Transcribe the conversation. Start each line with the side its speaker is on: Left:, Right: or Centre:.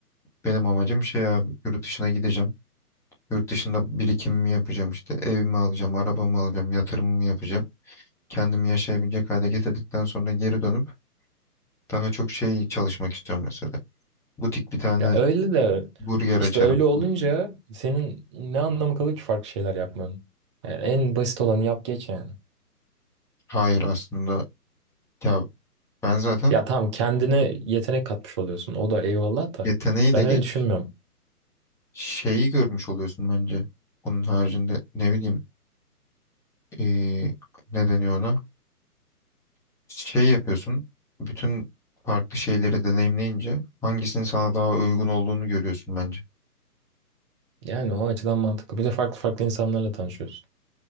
Centre: Benim amacım şey abi yurt dışına gideceğim. Yurt dışında birikimimi yapacağım işte. Evimi alacağım, arabamı alacağım, yatırımımı yapacağım. Kendimi yaşayabilecek hale getirdikten sonra geri dönüp daha çok şey çalışmak istiyorum mesela. Butik bir tane
Right: Ya öyle de
Centre: burger açarım.
Right: işte öyle olunca senin ne anlamı kalır ki farklı şeyler yapmanın? Yani en basit olanı yap geç yani.
Centre: Hayır aslında ya ben zaten
Right: Ya tamam kendine yetenek katmış oluyorsun. O da eyvallah da
Centre: yeteneği
Right: ben
Centre: de geç
Right: öyle düşünmüyorum.
Centre: şeyi görmüş oluyorsun bence. Onun haricinde ne bileyim eee ne deniyor ona? Şey yapıyorsun bütün farklı şeyleri deneyimleyince hangisinin sana daha uygun olduğunu görüyorsun bence.
Right: Yani o açıdan mantıklı. Bir de farklı farklı insanlarla tanışıyorsun.